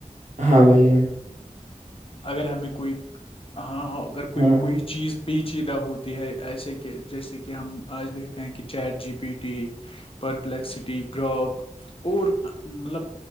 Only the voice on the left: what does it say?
اگر ہمیں کوئی ہاں ہ اگر
کوئی
کوئی چیز چیدہ ہوتی ہے ایسے کہ جیسے کہ ہم آج دیکھتے ہیں کہ chat G P T Perplexity Grok اور مطلب